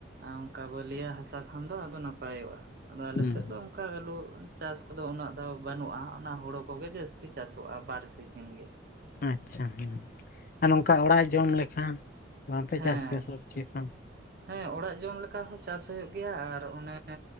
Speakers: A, on the right; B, on the left.
A: ᱚᱱᱠᱟ ᱵᱟᱹᱞᱤᱭᱟᱹ ᱦᱟᱥᱟ ᱠᱷᱟᱱ ᱫᱚ ᱟᱫᱚ ᱱᱟᱯᱟᱭᱚᱜᱼᱟ ᱟᱫᱚ ᱟᱞᱮᱥᱮᱫ
B: ᱦᱩᱸ
A: ᱫᱚ ᱚᱱᱠᱟ ᱟᱹᱞᱩ ᱪᱟᱥ ᱠᱚᱫᱚ ᱩᱱᱟᱹᱜ ᱫᱚ ᱵᱟᱹᱱᱩᱜᱼᱟ ᱚᱱᱟ ᱦᱩᱲᱳ ᱠᱚᱜᱮ ᱡᱟᱹᱥᱛᱤ ᱪᱟᱥᱚᱜᱼᱟ ᱵᱟᱨ ᱥᱤᱡᱤᱱ ᱜᱮ᱾
B: ᱟᱪᱪᱷᱟ ᱦᱮᱸ ᱟᱨ ᱱᱚᱝᱠᱟ ᱚᱲᱟᱜ ᱡᱚᱢ ᱞᱮᱠᱷᱟᱱ ᱵᱟᱝᱯᱮ
A: ᱦᱮᱸ
B: ᱪᱟᱥ ᱜᱮᱭᱟ ᱥᱚᱵᱽᱡᱤ ᱠᱚ?
A: ᱦᱮᱸ ᱚᱲᱟᱜ ᱡᱚᱢ ᱞᱮᱠᱟ ᱦᱚᱸ ᱪᱟᱥ ᱦᱩᱭᱩᱜ ᱜᱮᱭᱟ ᱟᱨ ᱚᱱᱮ